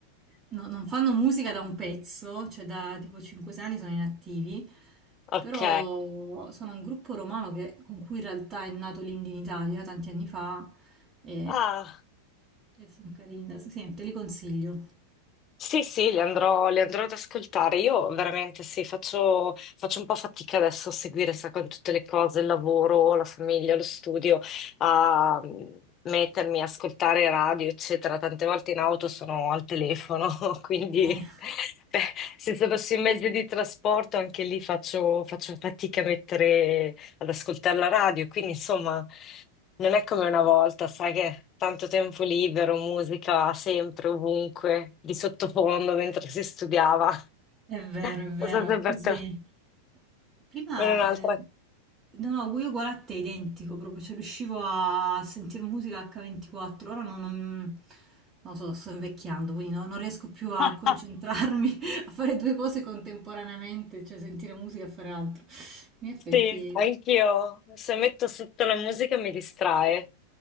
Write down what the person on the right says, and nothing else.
No- non fanno musica da un pezzo, cioè da tipo 5 anni sono inattivi,
però sono un gruppo romano che- con cui in realtà è nato l'Indie in Italia tanti anni fa e,
e sono carini, da- sì, te li consiglio.
Eh.
È vero,
è vero,
è così.
Prima,
eh, no, no, io uguale a te, identico, proprio, cioè riuscivo a sentire musica H24, ora non, non- non lo so, sto invecchiando, quindi no- non riesco più a
concentrarmi, <laughs> a fare due cose contemporaneamente, cioè sentire musica e fare altro. In effetti,